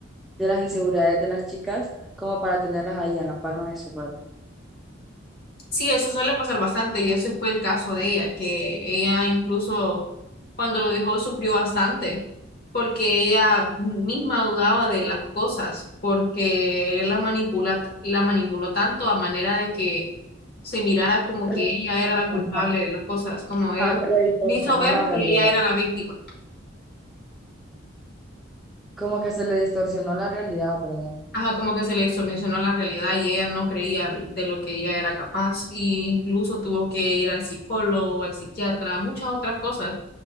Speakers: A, in the centre; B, on the left.
A: de las inseguridades de las chicas como para tenerlas ahí en la palma de su mano.
B: Sí, eso suele pasar bastante y ese fue el caso de ella, que ella incluso cuando lo dejó sufrió bastante porque ella misma dudaba de las cosas, porque él la manipula, la manipuló tanto a manera de que se mirara como
A: Pero
B: que ella era la culpable
A: no,
B: de las cosas, como él
A: ah, se le distorsionó
B: le hizo ver
A: la realidad.
B: que ella era la víctima.
A: Como que se le distorsionó la realidad, ¿verdad?
B: Ajá, como que se le distorsionó la realidad y ella no creía de lo que ella era capaz, y incluso tuvo que ir al psicólogo, al psiquiatra, muchas otras cosas